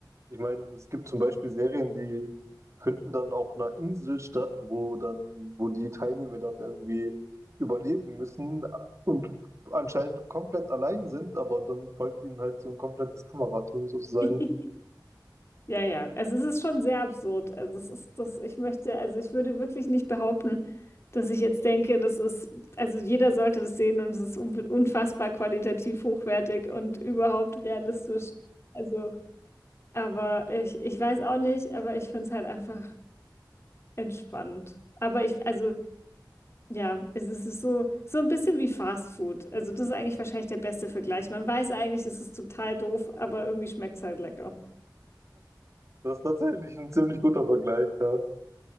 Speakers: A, on the right; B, on the left.
A: Ich meine, es gibt zum Beispiel Serien, die finden dann auf einer Insel statt, wo dann, wo die Teilnehmer dann irgendwie überleben müssen und anscheinend komplett allein sind, aber dann folgt ihnen halt so ein komplettes Kamerateam sozusagen.
B: <laughs> Ja, ja. Also es ist schon sehr absurd. Also es ist das, ich möchte, also ich würde wirklich nicht behaupten, dass ich jetzt denke, das ist, also jeder sollte das sehen und es ist unbe- unfassbar qualitativ hochwertig und überhaupt realistisch. Also, aber ich, ich weiß auch nicht, aber ich finde es halt einfach entspannend. Aber ich, also ja, es ist so, so ein bisschen wie Fast Food. Also das ist eigentlich wahrscheinlich der beste Vergleich. Man weiß eigentlich, es ist total doof, aber irgendwie schmeckt es halt lecker.
A: Das ist tatsächlich ein ziemlich guter Vergleich, ja.